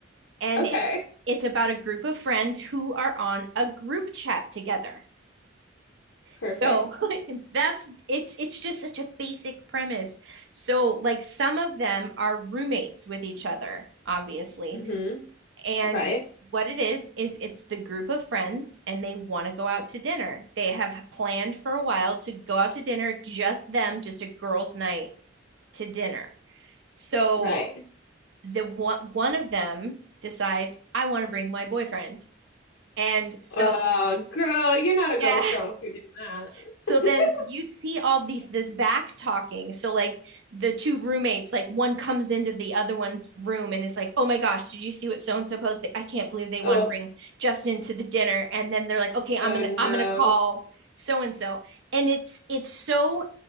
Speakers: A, on the right; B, on the left.
A: And
B: Okay.
A: it- it's about a group of friends who are on a group chat together.
B: Perfect.
A: So <laughs> that's it's it's just such a basic premise. So like some of them are roommates with each other, obviously.
B: Mm-hmm.
A: And
B: Right.
A: what it is is it's the group of friends and they want to go out to dinner. They have planned for a while to go out to dinner just them, just a girls' night to dinner. So
B: Right.
A: the one one of them decides I want to bring my boyfriend. And so
B: Oh, girl, you're not a
A: yeah,
B: girl's girl if you're doing that.
A: So then
B: <laughs>
A: you see all these this back talking. So like the two roommates, like one comes into the other one's room and is like, "Oh my gosh, did you see what so and so posted? I can't believe they want
B: Oh,
A: to bring Justin to the dinner." And then they're like, "Okay, I'm
B: oh
A: gonna
B: no.
A: I'm gonna call so and so," and it's it's so